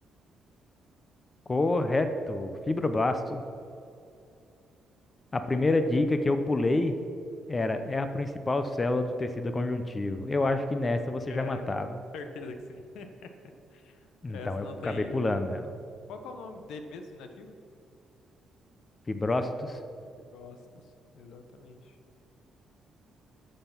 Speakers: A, on the left; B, on the left.
A: Correto, fibroblasto. A primeira
B: Com-
A: dica que eu pulei era, é a principal célula do tecido conjuntivo. Eu acho que nessa você
B: É,
A: já matava.
B: com certeza que sim. <laughs>
A: Então
B: Essa
A: eu
B: não tem
A: acabei
B: erro.
A: pulando ela.
B: Qual que é o nome dele mesmo, inativo?
A: Fibrócitos.
B: Fibrócitos, exatamente.